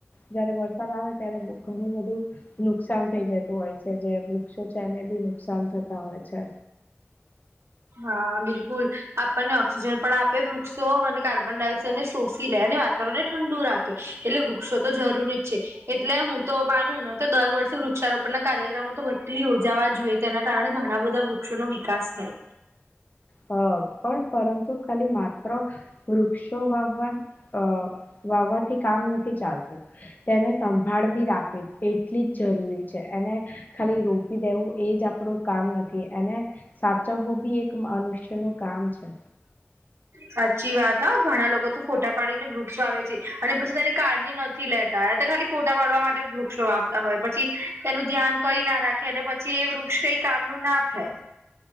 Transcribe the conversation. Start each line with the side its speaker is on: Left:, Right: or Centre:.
Left: જયારે વરસાદ આવે ત્યારે ઘણું બધું નુકસાન થઇ જતું હોય છે. જે વૃક્ષો છે એને બી નુકસાન થતા હોય છે.
Right: હા બિલકુલ આપણને ઓક્સિજન પણ આપે વૃક્ષો અને કાર્બન ડાયોક્સાઇડને શોષી લે. અને વાત <unintelligible> ને ઠંડુ રાખે એટલે વૃક્ષો તો જરૂરી જ છે. એટલે હું તો માનું ને કે દર વર્ષે વૃક્ષારોપણ ના કાર્યક્રમો તો બધી યોજાવા જોઈએ. તેના કારણે ઘણા બધા વૃક્ષો નો વિકાસ થાય.
Left: હ પણ પરંતુ ખાલી, માત્ર વૃક્ષો વાવવા અ વાવવાથી કામ નથી ચાલતું. તેને સંભાળ બી રાખવી એટલી જ જરૂરી છે. એને ખાલી રોપી દેવું, એજ આપડું કામ નથી. એને સાચવવું બી એક માનુષ છે નું કામ છે.
Right: સાચી વાત હા ઘણા લોકો તો ફોટા પાડીને વૃક્ષો વાવે છે. અને પછી તેની કાળજી નથી લેતા એ તો ખાલી ફોટા પાડવા માટે વૃક્ષો વાવતા હોય, પછી તેનું ધ્યાન કઈ ના રાખે. અને પછી એ વૃક્ષ કઈ, કામનું ના થાય.